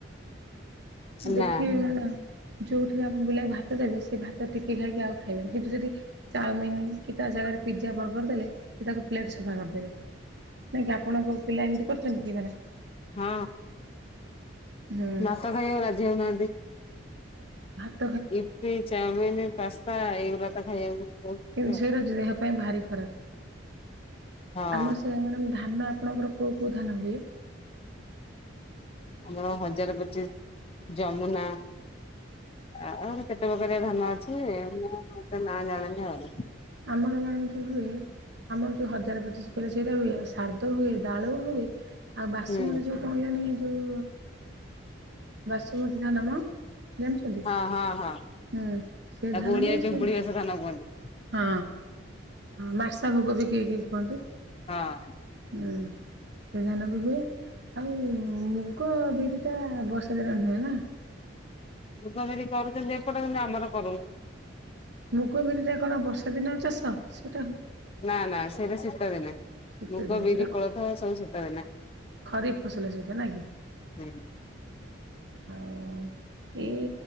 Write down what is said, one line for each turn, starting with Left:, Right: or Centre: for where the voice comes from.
Right: <unintelligible> ଭାତ
Left: ନା
Right: ଟିକେ ଖାଇକି ଆଉ ଖାଇବେନି କିନ୍ତୁ ଯଦି ଚାମିନ କି ତା ଜାଗାରେ ପିଜା ବର୍ଗର ଦେଲେ ତାକୁ ପ୍ଲେଟ୍ ସଫ୍ ସଫା କରଦେବେ ହଁ କି ଆପଣଙ୍କ ପିଲା ଏମିତି କରୁଛନ୍ତି କି ମ୍ୟାଡ଼ାମ?
Left: ହଁ।
Right: ହଁ
Left: ଭାତ ଖାଇବାକୁ ରାଜି ହଉନାହାନ୍ତି।
Right: ହଁ।
Left: ୟିପି ଚାଉମିିନ ପାସ୍ତା ସ୍ତା ଏଇଗୁଡ଼ାତ ଖାଇବାକୁ କହୁଛନ୍ତି
Right: ଏବେ
Left: ଆଉ।
Right: ଝିଅ ର ଯାହା ପାଇଁ ଭାରି ଖରାପ।
Left: ହଁ
Right: ଆମର ସେ ମ୍ୟାଡ଼ାମ ଧାନ ଆପଣଙ୍କର କୋଉ କୋଉ ଧାନ ମିଳେ?
Left: ଆମର ହଜାରେ ପଚିଶ ଯମୁନା ଆ ଆଉରି କେତେ ପ୍ରକାରିଆ ଧାନ ଅଛି। ଯେ ମୁଁ ତା ନାଁ ଜାଣେନି ଆଉ
Right: ଆମର ମ୍ୟାଡ଼ାମ ଯୋଉ ହୁଏ ଆମର ଯୋଉ ହଜାର ପଚିଶ ଉପରେ ସେଇଟା ହୁଏ ଆଉ ଶାରଦ୍ଦ ହୁଏ ଦାଳ ହୁଏ। ଆଉ ବାସୁମତୀ
Left: ହୁଁ
Right: ଯୋଉ କହିଲ ନି ଯୋଉ ବାସୁମତୀ ଧାନ ମ ଜାଣିଛନ୍ତି
Left: ହଁ ହଁ ହଁ
Right: ହୁଁ ସେ
Left: ତାକୁ
Right: ଧାନ
Left: ଓଡିଆରେ
Right: ହୁଏ ସେ
Left: ପିମ୍ପୁଡି ବସା ଧାନ କୁହନ୍ତି।
Right: ହଁ ମାସା ଭୋଗ ବି କେଇ କେଇ କୁହନ୍ତୁ
Left: ହଁ।
Right: ହୁଁ। ସେ ଧାନ ବି ହୁଏ ଆଉ ମୁଗ ବିରିଟା ବର୍ଷାଦିନ ନୁହଁ ନା।
Left: ମୁଗ ବିରି କରୁଛନ୍ତି ଏପଟ କିନ୍ତୁ ଆମର କରୁନୁ।
Right: ମୁଗ ବିରିରେ କଣ ବର୍ଷା ଦିନ ଚାଷ ସେ
Left: ନା ନା ସେଇଟା ଶୀତ ଦିନେ
Right: ଶୀତ
Left: ମୁଗ
Right: ଦିନେ
Left: ବିରି
Right: ସେଇଟା
Left: କୋଳଥ ସବୁ ଶୀତ ଦିନେ।
Right: ଖରିଫ ଫସଲ ସେଇଟା ନା କି।
Left: ହୁଁ
Right: ଆଉ ଏଇ